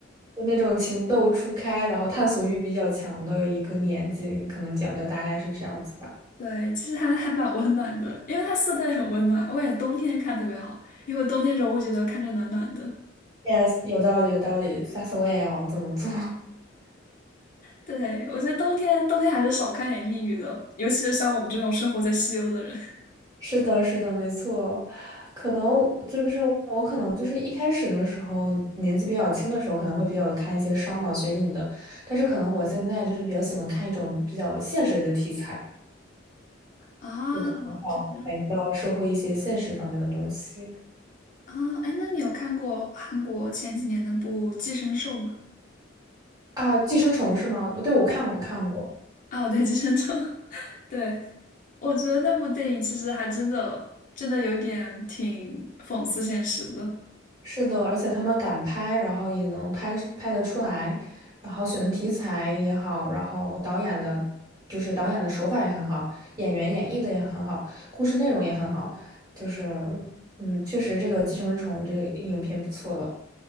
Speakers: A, on the right (about 20°); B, on the left (about 45°).
A: 就那种情窦初开，然后探索欲比较强的一个年纪，可能讲的大概是这样子吧。
B: 对，其实还还蛮温暖的，因为它色调也很温暖，我感觉冬天看特别好，因为冬天的时候会觉得看着暖暖的。
A: Yes，有道理，有道理。下次我也要这么做。
B: 对，我觉得冬天冬天还是少看点抑郁的，尤其是像我们这种生活在西欧的人。
A: 是的，是的，没错。可能就是我，可能就是一开始的时候，年纪比较轻的时候，可能会比较看一些烧脑悬疑的，但是可能我现在就是比较喜欢看一种比较现实的题材，
B: 啊，
A: 就可能反反映到社会一些现实方面的东西
B: 这样啊，哎，那你有看过韩国前几年那部《寄生兽》吗？
A: 啊，《寄生虫》是吗？对，我看过，看过。
B: 啊，对，《寄生虫》，<laughs> 对，我觉得那部电影其实还真的真的有点挺讽刺现实的。
A: 是的，而且他们敢拍，然后也能拍是拍得出来，然后选的题材也好，然后导演的，就是导演的手法也很好，演员演绎的也很好，故事内容也很好，就是，嗯，确实这个《寄生虫》这个影片不错的。